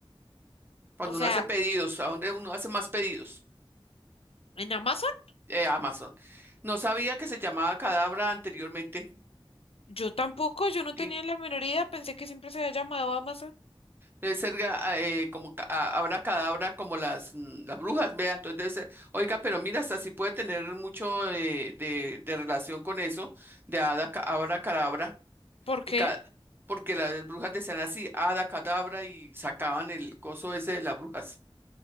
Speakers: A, on the right (about 20°); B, on the left (about 85°).
A: Cuando
B: O sea,
A: uno hace pedidos, ¿a dónde uno hace más pedidos?
B: ¿en Amazon?
A: eh, Amazon. No sabía que se llamaba Cadabra anteriormente.
B: Yo tampoco, yo no tenía
A: Y
B: la menor idea, pensé que siempre se había llamado Amazon.
A: debe ser ah, eh, como ca- ah, ahora Cadabra como las, mm, las brujas, vea, entonces debe ser, oiga, pero mira, hasta sí puede tener mucho de, de, de relación con eso, de Hada, Ca- Abra, Cadabra,
B: ¿Por qué?
A: y ca- porque las brujas decían así, Hada, Cadabra, y sacaban el coso ese de las brujas.